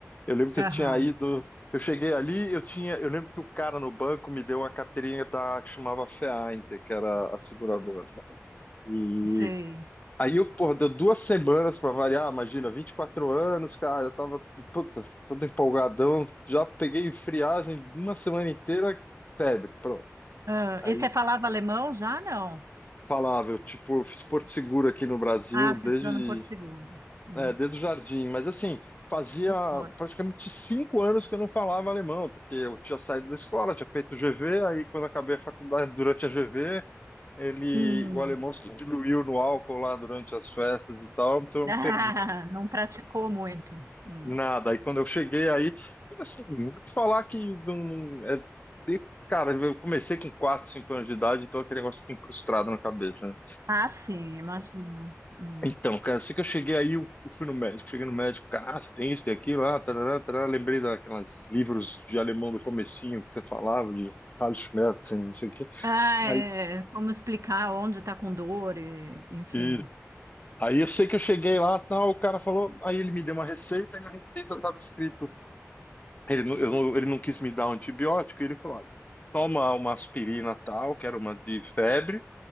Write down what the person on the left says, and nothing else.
Eu lembro que eu
tinha ido. Eu cheguei ali, eu tinha. Eu lembro que o cara no banco me deu uma carteirinha da que chamava FEAINTER, que era a seguradora. E
aí eu, porra, deu duas semanas pra variar, imagina, 24 anos, cara, eu tava, puta, todo empolgadão, já peguei friagem uma semana inteira, febre, pronto.
Aí
falava, eu, tipo, eu fiz Porto Seguro aqui no Brasil
desde
É, desde o jardim, mas assim, fazia
praticamente cinco anos que eu não falava alemão, porque eu tinha saído da escola, tinha feito GV, aí quando acabei a faculdade, durante a GV, ele,
o alemão
se diluiu no álcool lá durante as festas e tal, então eu
não perdi
nada. Aí quando eu cheguei aí, mas assim, vou te falar que não, não- é, de- cara, eu comecei com quatro, cinco anos de idade, então aquele negócio fica incrustado na cabeça, né?
Então, cara, eu sei que eu cheguei aí, eu eu fui no médico, cheguei no médico, cara, ah, você tem isso, tem aquilo, ah, tarará, tarará. Lembrei daquelas livros de alemão do comecinho que você falava, de Carl Schmerz, assim, não sei o quê.
Aí,
e- aí eu sei que eu cheguei lá, tal, o cara falou, aí ele me deu uma receita, e na receita estava escrito, ele não, eu não- ele não quis me dar um antibiótico, e ele falou, olha, toma uma aspirina tal, que era uma de febre,